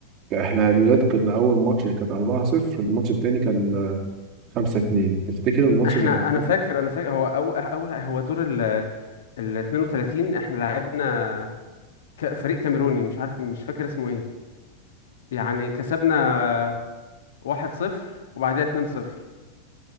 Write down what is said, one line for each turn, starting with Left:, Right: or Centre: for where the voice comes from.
Right: احنا الوداد كنا اول ماتش كان 4-0 الماتش التاني كان 5-2 تفتكر الماتش
Left: احنا
Right: اللي كان
Left: انا
Right: قبله
Left: فاكر انا فاكر هو اول اول هو دور ال ال 32 احنا لعبنا ك- فريق كاميروني مش عارف مش فاكر اسمه ايه يعني كسبنا واحد صفر وبعديها اتنين صفر